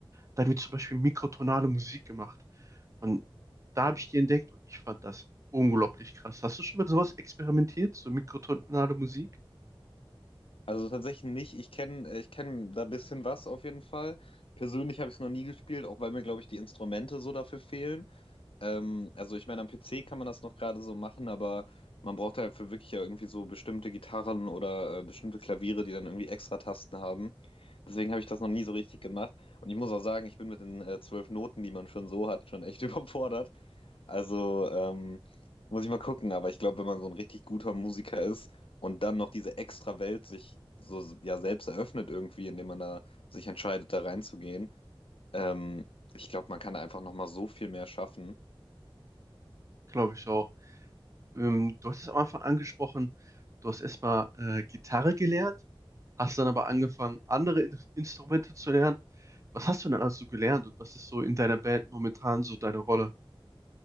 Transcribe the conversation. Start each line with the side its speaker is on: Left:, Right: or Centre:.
Right: Da haben wir zum Beispiel mikrotonale Musik gemacht. Und da habe ich die entdeckt und ich fand das unglaublich krass. Hast du schon mal sowas experimentiert, so mikrotonale Musik?
Left: Also tatsächlich nicht. Ich kenne ich kenn da ein bisschen was auf jeden Fall. Persönlich habe ich es noch nie gespielt, auch weil mir, glaube ich, die Instrumente so dafür fehlen. Ähm, also ich meine, am PC kann man das noch gerade so machen, aber man braucht dafür wirklich ja irgendwie so bestimmte Gitarren oder äh, bestimmte Klaviere, die dann irgendwie extra Tasten haben. Deswegen habe ich das noch nie so richtig gemacht. Und ich muss auch sagen, ich bin mit den äh, zwölf Noten, die man schon so hat, schon echt <laughs> überfordert. Also, ähm, muss ich mal gucken, aber ich glaube, wenn man so ein richtig guter Musiker ist und dann noch diese extra Welt sich so ja selbst eröffnet irgendwie, indem man da sich entscheidet, da reinzugehen, ähm, ich glaube, man kann da einfach nochmal so viel mehr schaffen.
Right: Glaube ich auch. Ähm, du hast es am Anfang angesprochen, du hast erstmal äh, Gitarre gelernt, hast dann aber angefangen, andere In Instrumente zu lernen. Was hast du denn alles so gelernt und was ist so in deiner Band momentan so deine Rolle?